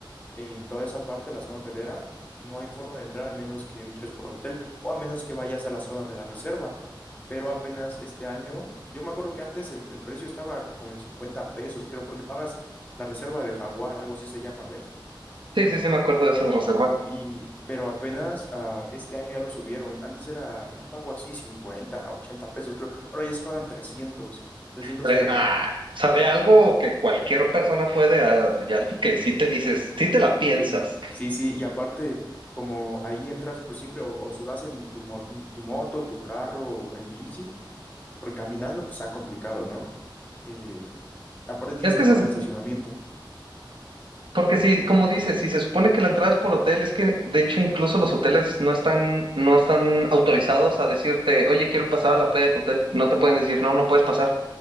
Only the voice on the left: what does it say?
en toda esa parte, la zona hotelera, no hay forma de entrar a menos que entres por hotel o a menos que vayas a la zona de la reserva. Pero apenas este año, yo me acuerdo que antes el, el precio estaba como en 50 pesos, creo, porque pagas la reserva del Jaguar, algo así se llama, ¿ves?
Y, pero apenas ah, este año ya lo subieron. Antes era un pago así 50, 80 pesos, creo. Ahora ya se pagan trescientos trescientos
y algo.
Sí, sí, sí, y aparte, como ahí entras, pues siempre, o, o si vas en tu, mo- tu moto, tu carro, o en bici, porque caminando, pues está complicado, ¿no? Eh, aparte tienes
que pagar
estacionamiento.